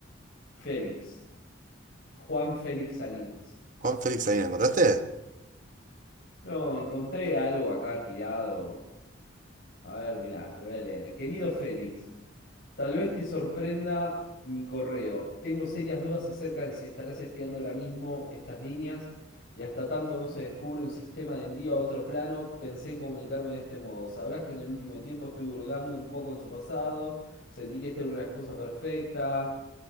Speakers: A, on the left (about 55°); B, on the right (about 40°).
A: Félix. Juan Félix Salinas.
B: Juan Félix Salinas, ¿encontraste?
A: No, encontré algo acá tirado. A ver, mirá, te lo voy a leer. Querido Félix. Tal vez te sorprenda mi correo. Tengo serias dudas acerca de si estarás espiando ahora mismo estas líneas y hasta tanto no se descubre un sistema de envío a otro plano, pensé en comunicarme de este modo. Sabrás que en el último tiempo estuve hurgando un poco en su pasado, sentí que esta era una excusa perfecta.